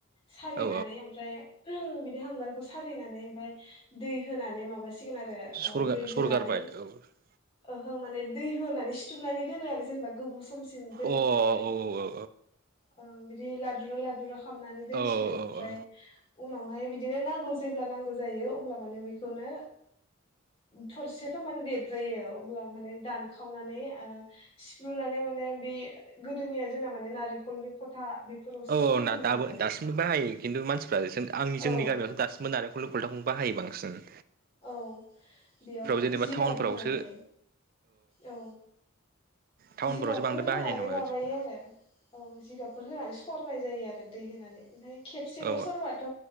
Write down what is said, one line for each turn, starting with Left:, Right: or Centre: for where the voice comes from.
Left: सालिनानै
Right: औ
Left: ओमफ्राय ओहम बिनि हांगारखौ सालिनानै ओमफ्राय दै होनानै माबा हसिगोन आरो
Right: औ
Left: दै
Right: सरगारबाय
Left: होनानै
Right: औ अ
Left: ओहो माने दै होनानै सिथुमनानै दोनो आरो जेनेबा गोबाव समसिम दोननो
Right: औ
Left: थाखाय
Right: औ औ
Left: ओ बिदिनो लाद्रु लाद्रु खामनानै दोनसिगोन
Right: औ औ
Left: ओमफ्राय
Right: औ
Left: उनावहाय बिदिनो नांगौ समाव जेब्ला नांगौ जायो। अब्ला माने बेखौनो थरसेयाथ माने द जायो। अब्ला माने दानखाव खावनानै सि रुनानै माने बे गोदोनिया जोंना माने नारेंखलनि खथा बेफोरावसो
Right: औ
Left: सरोमोन
Right: औ ना दाबो
Left: आरो
Right: दासिमबो बाहायो खिन्थु मानसिफ्रा आंनि जोंनि
Left: औ
Right: गामियावथ दासिमबो नारेंखल कलथाखौबो बाहायो बां सिन।
Left: औ बेयाव माने
Right: जेनेबा
Left: जिगाब
Right: टाउनफोरावसो
Left: होनानै औ।
Right: टाउनफोरावसो
Left: जिगाबफोर
Right: बांद्राय
Left: होनानै
Right: बाहायनाय नङा
Left: माबायो
Right: बिदिखौ
Left: आरो औ जिगाब फोर होनानै सरनाय जायो आरो दै होनानै। ओमफ्राय खेबसेल
Right: औ
Left: सरबाथ